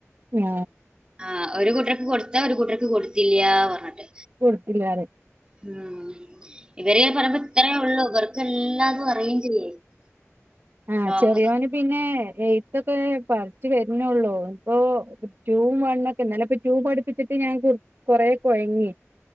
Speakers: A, on the right; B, on the right.
A: ആ
B: ആ ഒര് കൂട്ടർക്ക് കൊടുത്താ ഒരു കൂട്ടർക്ക് കൊടുത്തില്ല്യാ പർഞ്ഞിട്ട്
A: കൊട്ത്തില്ലാറിം
B: ഉം ഇവര് പറയ്മ്പ ഇത്രേ ഒള്ളു ഇവർക്ക് എല്ലാതും അറിയും ചെയ്യേ
A: ആ
B: ലോക്ക്
A: ചെറിയോന് പിന്നെ എ തൊക്കെ പടിച്ച് വര്ണൊള്ളൂ ഇപ്പൊ റ്റൂവും വണ്ണൊക്കെ ന്നാലെപ്പാെ റ്റൂ പഠിപ്പിച്ചിട്ട് ഞാ കൊറേ കൊഴങ്ങി